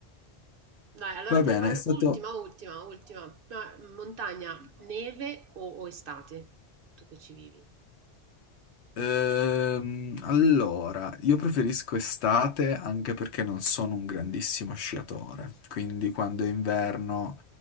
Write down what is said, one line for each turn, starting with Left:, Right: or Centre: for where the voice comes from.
Right: Dai, allora
Left: Va
Right: te
Left: bene,
Right: ne vai,
Left: è stato
Right: ultima, ultima, ultima, Ma, montagna, neve o o estate? Tu che ci vivi?
Left: Ehm, allora, io preferisco estate anche perché non sono un grandissimo sciatore, quindi quando è inverno